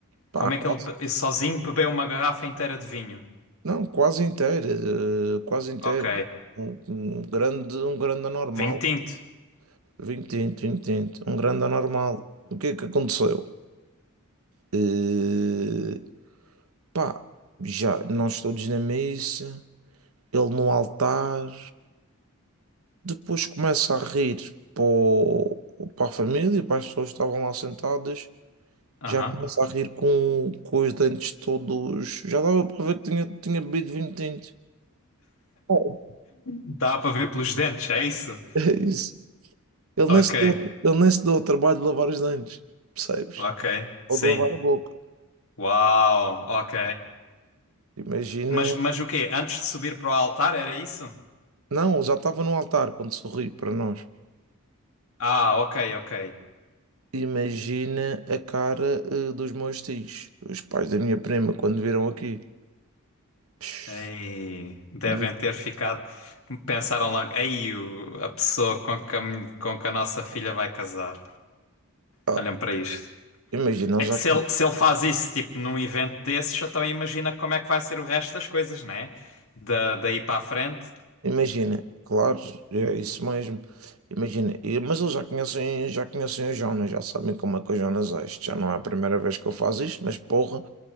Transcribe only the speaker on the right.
Pá,
quase,
não, quase inteira, eh, quase inteira.
Um, um grande, um grande anormal.
Vinho tinto, vinho tinto, um grande anormal. O que é que aconteceu? Eh, pá, já nós todos na missa, ele no altar. Depois começa a rir para, o- para a família, para as pessoas que estavam lá sentadas.
Já começa a rir com, com os dentes todos. Já dava para ver que tinha, tinha bebido vinho tinto. Oh,
<laughs> é isso. Ele
nem se deu, ele nem se deu o trabalho de lavar os dentes, percebes?
Ou de lavar a boca.
Imagina.
Não, ele já estava no altar quando sorri para nós.
Imagina a cara, eh, dos meus tios, os pais da minha prima, quando viram aqui. Psh,
im-
Ah,
Imagina, eles
já,
Imagina, claro, é isso mesmo. Imagina, e- mas eles já conhecem, já conhecem o Jonas, já sabem como é que o Jonas é. Isto já não é a primeira vez que eu faço isto, mas porra,